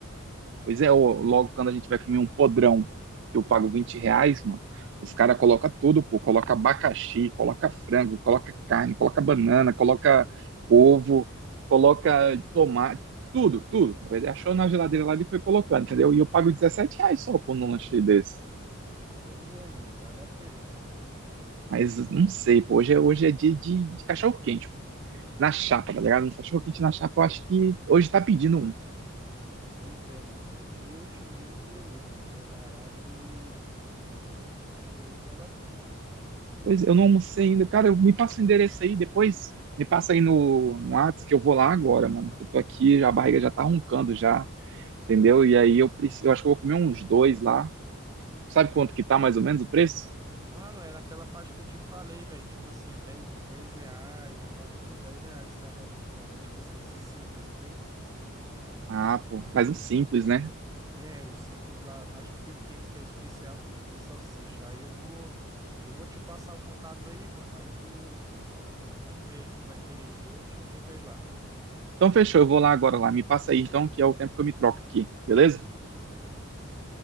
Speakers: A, on the right; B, on the right.
A: Pois é, ô, logo quando a gente vai comer um podrão, que eu pago 20 reais, mano, os caras colocam tudo, pô. Coloca abacaxi, coloca frango, coloca carne, coloca banana, coloca ovo, coloca tomate, tudo, tudo. Ele achou na geladeira lá e foi colocando, entendeu? E eu pago 17 reais só por um lanche desse.
B: Pois é, mano, vale a pena.
A: Mas não sei, pô. Hoje é, hoje é dia de, de cachorro-quente, pô. Na chapa, tá ligado? Um cachorro-quente na chapa, eu acho que hoje tá pedindo um.
B: Pois é, mano, pô, eu te indico o Meloso, mano, lá é barato e, e pra mim vale a pena.
A: Pois eu não almocei ainda. Cara, eu- me passa o endereço aí depois. Me passa aí no, no Whats que eu vou lá agora, mano. Eu tô aqui, a barriga já tá roncando já, entendeu? E aí eu preciso, eu acho que eu vou comer uns dois lá. Sabe quanto que tá mais ou menos o preço?
B: Mano, é naquela faixa que eu te falei, velho, tipo assim, é dez é 10 reais, na faixa dos 10 reais cada, cada, tipo assim, esse simples, não tem?
A: Ah, pô, mas um simples, né?
B: É, o simples lá, acho que tem, tem um que é especial que vem duas salsichas. Aí eu vou eu vou te passar o contato aí, mano. Aí tu tu vê aí se tu vai querer ir. Eu te indico aí lá.
A: Então fechou, eu vou lá agora lá. Me passa aí então, que é o tempo que eu me troco aqui, beleza?
B: Fechou, beleza.